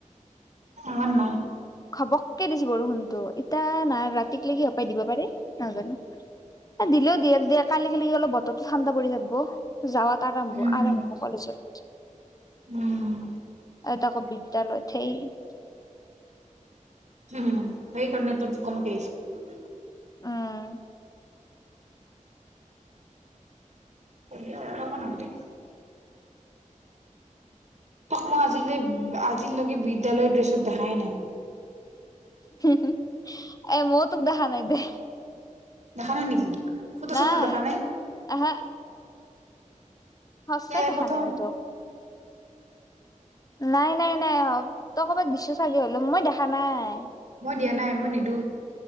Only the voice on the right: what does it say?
অন <unintelligible>
উম
উম
উম। সেই কাৰণে কমকে আহিছে।
এ নি <unintelligible> তোক মই আজিলৈ আজিলৈকে বিদ্যালয়ৰ ড্ৰেছত দেখাই নাই।
দেখা নাই নেকি? ফটো
চটো দেখা
এই
প্ৰথম
মই দিয়া নাই, মই নিদো।